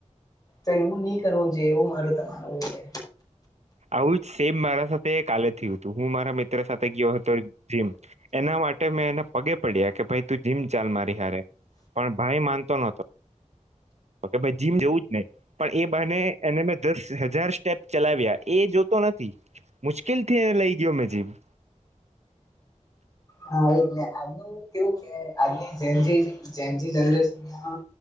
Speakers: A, on the left; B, on the right.
A: તો એવું નહી કરવું જોઈએ એવું મારું તો માનવું છે.
B: આવું જ સેમ મારા સાથે કાલે થયું હતું હું મારા મિત્ર સાથે ગયો હતો, જીમ એના માટે મેં એને પગે પડ્યા કે ભાઈ તું જીમ ચાલ મારી હારે. પણ ભાઈ માનતો નહોતો. તો ભાઈ જીમ જેવું જ નહીં. પણ એ બાને એને મેં દસ હજાર સ્ટેપ ચલાવ્યા એ જોતો નથી. મુશ્કેલથી એને લઈ ગયો જીમ.
A: હા એજને આજનું કેવું કે આજની જે જે જે જનરેશન. હા